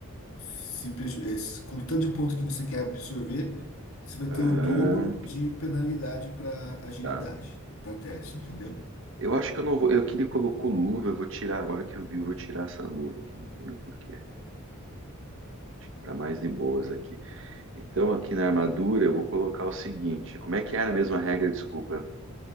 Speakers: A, on the left; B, on the right.
A: se preju- eh, se- com o tanto de ponto que você quer absorver, você vai
B: Aham,
A: ter o dobro de penalidade para agilidade,
B: tá.
A: para teste, entendeu?
B: Eu acho que eu não vou. Eu que ele colocou luva, eu vou tirar. Agora que eu vi, eu vou tirar essa luva que não tenho porquê. Acho que tá mais de boas aqui. Então, aqui na armadura, eu vou colocar o seguinte: como é que era a mesma regra? Desculpa.